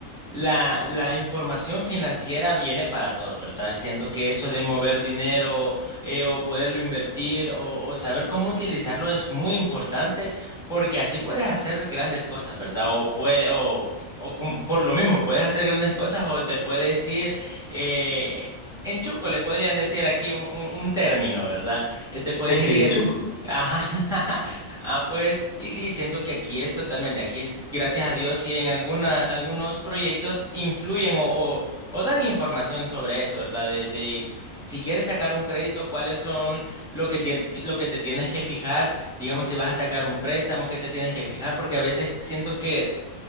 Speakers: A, in the centre; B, on the left.
A: La, la información financiera viene para todo, ¿verdad? Siento que eso de mover dinero eh, o poderlo invertir o, o saber cómo utilizarlo es muy importante porque así puedes hacer grandes cosas, ¿verdad? O, pue- o, o com- por lo mismo, puedes hacer grandes cosas o te puedes ir eh, en chuco, le podrían decir aquí un, un- un término, ¿verdad? Eh, te puedes
B: <laughs> en
A: ir,
B: Chuco.
A: ajá, <laughs> Ah, pues, y sí, siento que aquí es totalmente, aquí, gracias a Dios, sí en alguna, algunos proyectos influyen o, o, o dan información sobre eso, ¿verdad? De, de si quieres sacar un crédito, cuáles son lo que, tie- lo que te tienes que fijar, digamos, si vas a sacar un préstamo, qué te tienes que fijar, porque a veces siento que